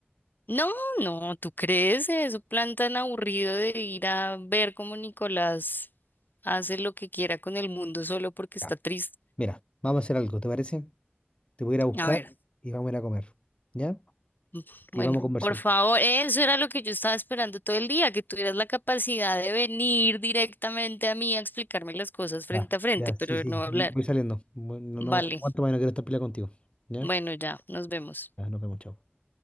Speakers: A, on the left; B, on the left.
A: No, no, ¿tú crees eso? Plan tan aburrido de ir a ver cómo Nicolás hace lo que quiera con el mundo solo porque está
B: Ya.
A: triste.
B: Mira, vamos a hacer algo, ¿te parece? Te voy a ir a buscar
A: A ver,
B: y vamos a ir a comer. ¿Ya?
A: mm,
B: y
A: bueno,
B: vamos a conversar.
A: por favor, eso era lo que yo estaba esperando todo el día, que tuvieras la capacidad de venir directamente a mí a explicarme las cosas frente
B: Ya,
A: a frente,
B: ya,
A: pero
B: sí, sí,
A: no hablar.
B: voy voy saliendo. Bueno, no,
A: Vale,
B: cuánto más no quiero estar peleando contigo. Ya,
A: bueno, ya, nos vemos.
B: ya, nos vemos, chao.